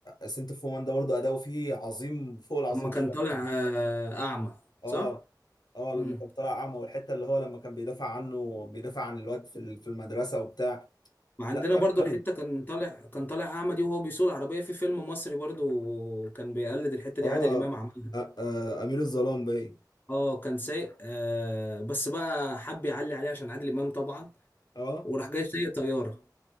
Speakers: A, on the left; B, on the left.
A: سنت اوف وومن ده برضه اداؤه فيه عظيم فوق العظيم
B: اما
A: بشويه
B: كان طالع
A: كمان
B: آه، اعمى
A: اه
B: صح
A: اه لما
B: امم
A: كان طالع اعمى والحته اللي هو لما كان بيدافع عنه بيدافع عن الواد في ال- في المدرسه وبتاع
B: وعندنا
A: لا
B: برضو
A: جامد قوي
B: الحتة كان طالع كان طالع اعمى دي وهو بيسوق العربية في فيلم مصري برضو كان بيقلد الحتة
A: اه
B: دي عادل امام عملها
A: آه، آه، امير الظلام باين
B: اه كان سايق آه بس بقى حب يعلي عليه عشان عادل امام طبعا
A: اه
B: وراح جاي سايق طيارة